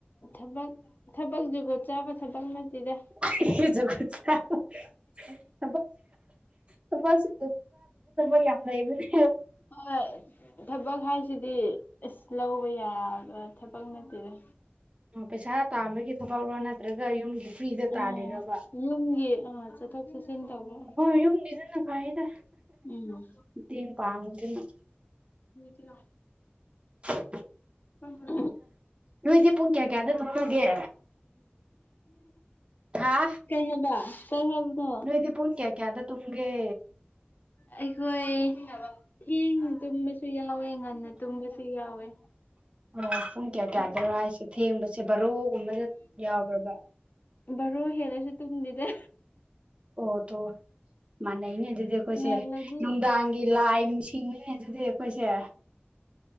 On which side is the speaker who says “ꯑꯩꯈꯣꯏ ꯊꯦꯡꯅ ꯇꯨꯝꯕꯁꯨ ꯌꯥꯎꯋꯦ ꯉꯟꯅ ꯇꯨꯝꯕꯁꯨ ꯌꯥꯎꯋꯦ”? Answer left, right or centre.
Left